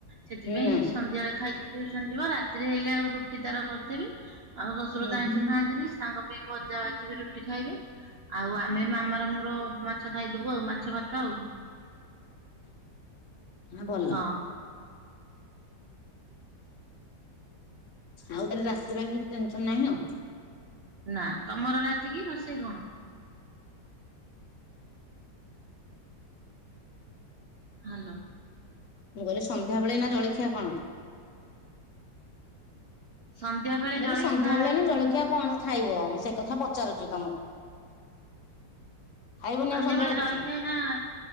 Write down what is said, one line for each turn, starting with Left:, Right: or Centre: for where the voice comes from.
Right: ସେଥିପାଇଁ
Left: ନା।
Right: ସନ୍ଧ୍ୟାବେଳେ ଖାଇକି ଟିଉସନ ଯିବ ରାତିରେ ଆଇଲେ ଆଉ ରୁଟି ତାର କରିଥିବି। ଆଉ ଶଶୁର
Left: ହୁଁ
Right: ତ ଆଇଁଷ
Left: ହୁଁ।
Right: ଖାଆନ୍ତିନି ତାଙ୍କ ପାଇଁ ଭଜା ଭାଜିିବି ରୁଟି ଖାଇବେ। ଆଉ ଆମେ ମାମା ର ମୋର ମାଛ ଖାଇଦବୁ ଆଉ ମାଛ ଭାତ ଆଉ।
Left: ହୁଁ ଭଲ।
Right: ହଁ
Left: ଆଉ ତାହେଲେ ରାତି ପାଇଁ କିଛି ଟେନସନ ନାହିଁ ଆଉ।
Right: ନା ତମର ରାତି କି ରୋଷେଇ କଣ? ହାଲୋ।
Left: ମୁଁ କହିଲି ସନ୍ଧ୍ୟାବେଳେ ଏଇନା ଜଳଖିଆ କଣ?
Right: ସନ୍ଧ୍ୟା। ବେଳେ
Left: ମୁଁ କହିଲି
Right: ଜଳଖିଆ
Left: ସନ୍ଧ୍ୟା ବେଳେ ଏଇନା ଜଳଖିଆ କଣ ଖାଇବ? ମୁଁ ସେ କଥା ପଚାରୁଛି ତମ ଖାଇବନି
Right: ସନ୍ଧ୍ୟା
Left: ଆଉ ସନ୍ଧ୍ୟାବେଳେ
Right: ବେଳେ ଜଳଖିଆ
Left: କିଛି
Right: ଏଇନା।